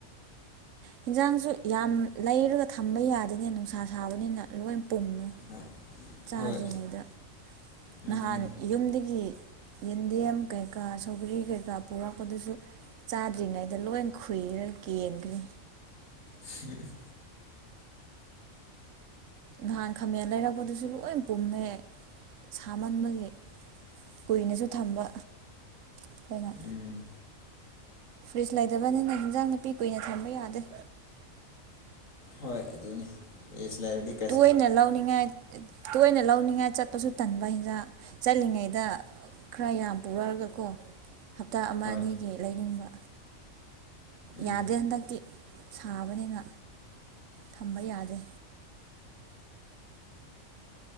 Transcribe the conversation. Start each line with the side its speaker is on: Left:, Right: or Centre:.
Right: ꯍꯤꯟꯖꯥꯡꯁꯨ ꯌꯥꯝ ꯂꯩꯔꯒ ꯊꯝꯕ ꯌꯥꯗꯦꯅꯦ ꯅꯨꯡꯁꯥ ꯁꯥꯕꯅꯤꯅ ꯂꯣꯏ ꯄꯨꯝꯃꯦ
Left: ꯍꯣꯏ
Right: ꯆꯥꯗ꯭ꯔꯤꯉꯩꯗ
Left: ꯍꯣꯏ ꯎꯝ
Right: ꯅꯍꯥꯟ ꯌꯨꯝꯗꯒꯤ ꯌꯦꯟꯗꯦꯝ ꯀꯩꯀꯥ ꯁꯧꯒꯔꯤ ꯀꯩꯀꯥ ꯄꯨꯔꯛꯄꯗꯁꯨ ꯆꯥꯗ꯭ꯔꯤꯉꯩꯗ ꯂꯣꯏ ꯈꯨꯨꯏꯔ ꯀꯦꯟꯈ꯭ꯔꯦ
Left: ꯎꯝ <inaudible>
Right: ꯅꯍꯥꯟ ꯈꯥꯃꯦꯟ ꯂꯩꯔꯛꯄꯗꯨꯁꯨ ꯂꯣꯏ ꯄꯨꯝꯃꯦ ꯁꯥꯃꯟꯕꯒꯤ ꯀꯨꯏꯅꯁꯨ ꯊꯝꯕ ꯑꯈꯣꯏꯅ
Left: ꯎꯝ
Right: ꯐ꯭ꯔꯤꯖ ꯂꯩꯇꯕꯅꯤꯅ ꯍꯤꯟꯖꯥꯡ ꯅꯥꯄꯤ ꯀꯨꯏꯅ ꯊꯝꯕ ꯌꯥꯗ꯭ꯔꯦ
Left: ꯍꯣꯏ ꯑꯗꯨꯅꯦ ꯐ꯭ꯔꯦꯁ ꯂꯥꯏꯔꯗꯤ
Right: ꯇꯣꯏꯅ ꯂꯧꯅꯤꯡꯉꯥꯏ ꯇꯣꯏꯅ ꯂꯧꯅꯤꯡꯉꯥꯏ ꯆꯠꯄꯁꯨ ꯇꯟꯕ ꯍꯦꯟꯖꯥꯡ ꯆꯠꯂꯤꯉꯩꯗ ꯈꯔ ꯌꯥꯝ ꯄꯨꯔꯛꯑꯒ ꯀꯣ ꯍꯞꯇꯥ ꯑꯃ
Left: ꯍꯣꯏ
Right: ꯑꯅꯤꯒꯤ ꯂꯩꯅꯤꯡꯕ
Left: ꯎꯝ
Right: ꯌꯥꯗꯦ ꯍꯟꯗꯛꯇꯤ ꯁꯥꯕꯅꯤꯅ ꯊꯝꯕ ꯌꯥꯗꯦ